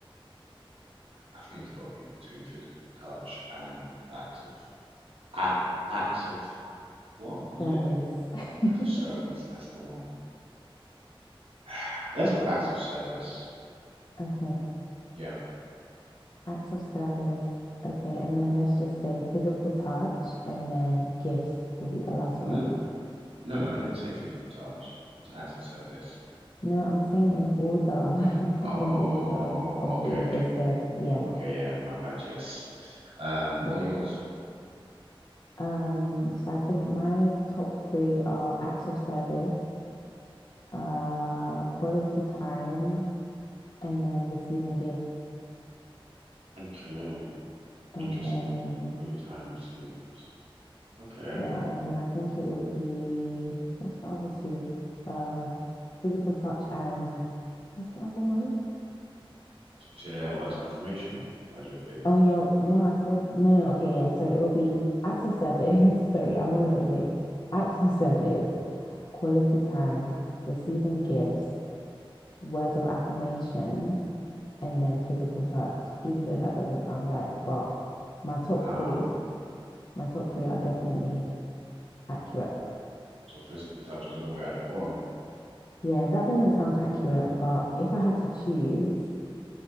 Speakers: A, on the right; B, on the left.
A: I think it's got to be between physical touch and acts of a, acts of what was
B: Service.
A: it?
B: <laughs>
A: Acts of service. That's the one. <sighs> Let's go acts of service.
B: Okay.
A: Yeah.
B: Acts of service. Okay, and then let's just say physical touch and then gifts will be the last
A: And
B: one.
A: No, I didn't say physical touch. That's as a service.
B: No, I'm saying in order, <laughs>
A: Oh,
B: in order of
A: okay,
B: what you
A: okay.
B: just said. Yeah.
A: Okay, yeah, my bad, yes. Um, what
B: Okay.
A: are yours?
B: Um, so I think my top three are acts of service, uh,
A: Mm,
B: quality time, and then receiving gifts.
A: Okay.
B: And
A: Interesting.
B: then
A: Quality, quality time receiving gifts. Okay.
B: yeah,
A: Did
B: and then I think it would be what's the other two? Uh, physical touch and what's the other one?
A: you say that was affirmational as your favorite?
B: Oh yeah, no, I said no, no. Okay, yeah. So it will be acts of service. <laughs> Sorry, I'm all over
A: hmm
B: the place. Acts of service, quality time, receiving gifts, words of affirmation, and then physical touch. Even though that doesn't sound right, but my top
A: Wow.
B: three, my top three are definitely accurate.
A: So physical touch is all the way at the bottom.
B: Yeah, that doesn't sound accurate, but if I had to choose,
A: Mm,